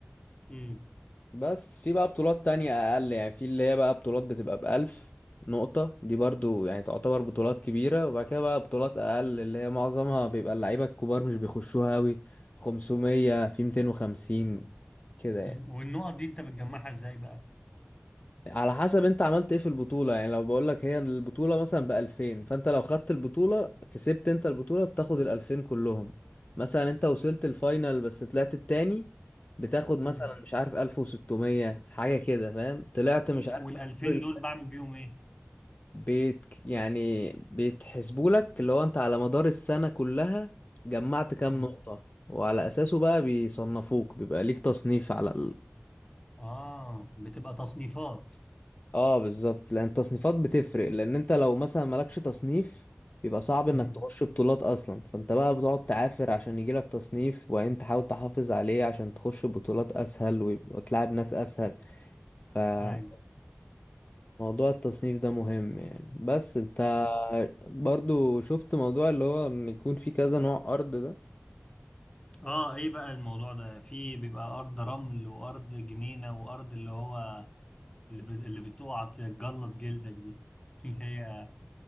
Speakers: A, on the left; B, on the left.
A: امم
B: بس في بقى بطولات تانية أقل يعني في اللي هي بقى بطولات بتبقى بألف نقطة دي برضو يعني تعتبر بطولات كبيرة وبعد كده بقى بطولات أقل اللي هي معظمها بيبقى اللعيبة الكبار مش بيخشوها أوي خمسمية في ميتين وخمسين كده يعني
A: أمم. والنقط دي انت بتجمعها ازاي بقى؟
B: على حسب انت عملت ايه في البطولة يعني لو بقولك هي البطولة مثلا بألفين فانت لو خدت البطولة كسبت انت البطولة بتاخد الألفين كلهم مثلا انت وصلت الفاينل بس طلعت التاني بتاخد مثلا
A: امم
B: مش عارف ألف وستمية حاجة كده فاهم طلعت مش عارف
A: وال
B: من
A: 2000
B: الدور ال-
A: دول بعمل بيهم ايه؟
B: بيت يعني بيتحسبولك اللي هو انت على مدار السنة كلها جمعت كام
A: امم
B: نقطة وعلى أساسه بقى بيصنفوك بيبقى ليك تصنيف على
A: اه بتبقى تصنيفات
B: اه بالظبط لان التصنيفات بتفرق لان انت لو مثلا مالكش تصنيف بيبقى صعب انك
A: امم
B: تخش بطولات اصلا فانت بقى بتقعد تعافر عشان يجيلك تصنيف وبعدين تحاول تحافظ عليه عشان تخش بطولات اسهل ويبقى- وتلعب ناس اسهل فموضوع
A: ايوه
B: التصنيف ده مهم يعني بس انت برضو شفت موضوع اللي هو ان يكون في كذا نوع ارض ده
A: اه ايه بقى الموضوع ده في بيبقى ارض رمل وارض جنينة وارض اللي هو اللي, ب... اللي بتقع تجلط جلدك دي <laughs> اللي هي